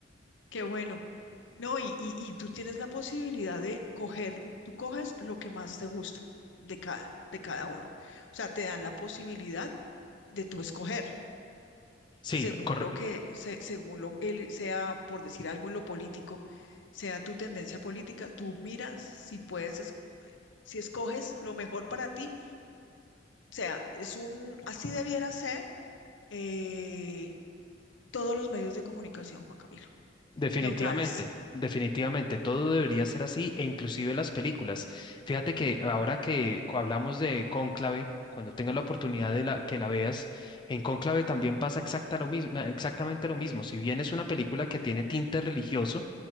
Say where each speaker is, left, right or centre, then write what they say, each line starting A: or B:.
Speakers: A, on the left (about 80°); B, on the left (about 25°).
A: qué bueno. No, y, y, y tú tienes la posibilidad de coger, tú coges lo que más te gusta de cada, de cada uno. O sea, te dan la posibilidad de tú escoger
B: Sí,
A: según
B: corre-
A: lo que, se- según lo él sea, por decir algo en lo político, sea tu tendencia política, tú miras si puedes, es- si escoges lo mejor para ti O sea, es un, así debiera ser eh, todos los medios de comunicación, Juan Camilo,
B: Definitivamente,
A: neutrales.
B: definitivamente, todo debería ser así e inclusive las películas. Fíjate que ahora que co- hablamos de Cónclave, cuando tengas
A: Ujú.
B: la oportunidad de la, que la veas, en Cónclave también pasa exacta lo mismo, exactamente lo mismo. Si bien es una película que tiene tinte religioso,